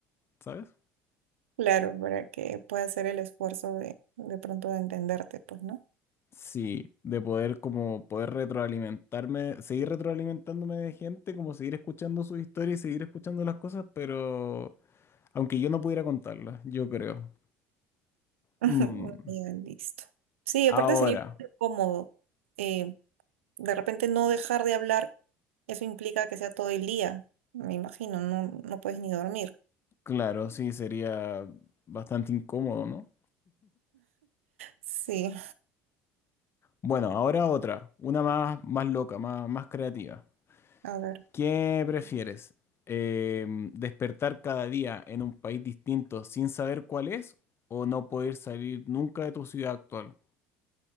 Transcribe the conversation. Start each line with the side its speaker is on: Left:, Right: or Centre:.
Left: ¿sabes?
Right: Claro, para que pueda hacer el esfuerzo de, de pronto de entenderte, pues, ¿no?
Left: Sí, de poder como poder retroalimentarme, seguir retroalimentándome de gente, como seguir escuchando sus historias y seguir escuchando las cosas, pero aunque yo no pudiera contarlas, yo creo.
Right: <laughs> Ajá,
Left: Mm,
Right: bueno, Ya, listo. Sí,
Left: Ahora,
Right: aparte sería cómodo. Eh, de repente no dejar de hablar, eso implica que sea todo el día, me imagino, no, no puedes ni dormir.
Left: claro, sí, sería bastante incómodo, ¿no?
Right: Sí,
Left: Bueno, ahora otra, una más, más loca, más, más creativa.
Right: a ver.
Left: ¿Qué prefieres? Em, ¿despertar cada día en un país distinto sin saber cuál es o no poder salir nunca de tu ciudad actual?